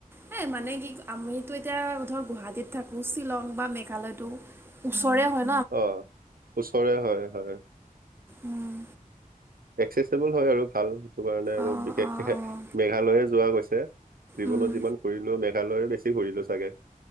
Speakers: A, on the right; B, on the right.
A: হেই মানে কি আমিতো এতিয়া ধৰ গুৱাহাটীত থাকো শ্বিলং বা মেঘালয়তটো ওচৰে হয়
B: অ ওচৰে হয় হয়
A: উম,
B: এক্সেচবল হয় আৰু ভাল স কাৰণ আৰু
A: অঁ
B: বিশেষকে
A: অঁ অঁ
B: মেঘালয়ে যোৱা গৈছে জীৱনত
A: উম,
B: যিমান কৰিূৰিলো মেঘালয় বেছি ঘূৰিলোঁ চাগে